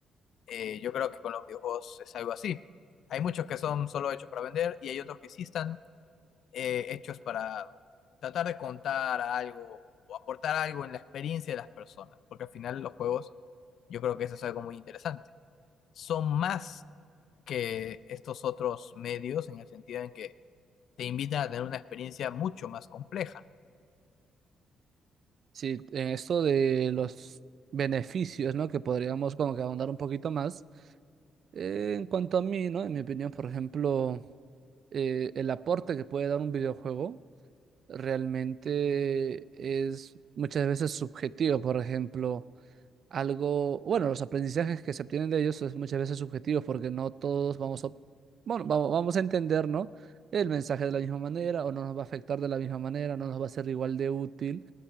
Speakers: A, on the left (about 70°); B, on the right (about 55°).
A: Eh, yo creo que con los videojuegos es algo así. Hay muchos que son solo hechos para vender y hay otros que sí están eh, hechos para tratar de contar algo o aportar algo en la experiencia de las personas, porque al final los juegos, yo creo que eso es algo muy interesante. Son más que estos otros medios en el sentido en que te invitan a tener una experiencia mucho más compleja.
B: Sí, en esto de los beneficios, ¿no? Que podríamos como que ahondar un poquito más. Eh, en cuanto a mí, ¿no? En mi opinión, por ejemplo, eh, el aporte que puede dar un videojuego realmente es muchas veces subjetivo. Por ejemplo, algo, bueno, los aprendizajes que se obtienen de ellos es muchas veces subjetivos porque no todos vamos a, bueno, vamos, vamos a entender, ¿no? El mensaje de la misma manera o no nos va a afectar de la misma manera, no nos va a ser igual de útil